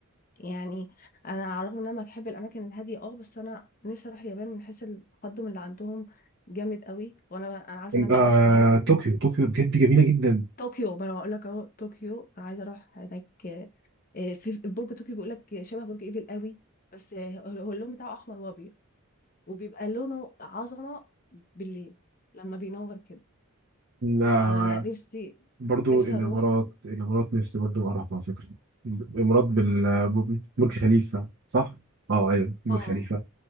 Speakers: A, on the left (about 40°); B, on the right (about 50°).
A: يعني انا على الرغم ان انا بحب الاماكن الهاديه اه بس انا نفسي اروح اليابان من حيث التقدم اللي عندهم جامد قوي وانا انا عارفه ان انا مش
B: آه،
A: هعيش هناك
B: طوكيو طوكيو بجد جميله جدا
A: طوكيو ما انا هقول لك اهو طوكيو انا عايزه اروح هناك آه، آه، في برج طوكيو بيقول لك شبه برج ايفل قوي بس آه، هو اللون بتاعه احمر وابيض وبيبقى لونه عظمه بالليل لما بينور كده فنفسي
B: آه، برضو
A: نفسي
B: الامارات
A: اروح
B: الامارات نفسي برضو اعرف على فكره الامارات بال ب- برج خليفه صح اه ايوه برج
A: اه
B: خليفه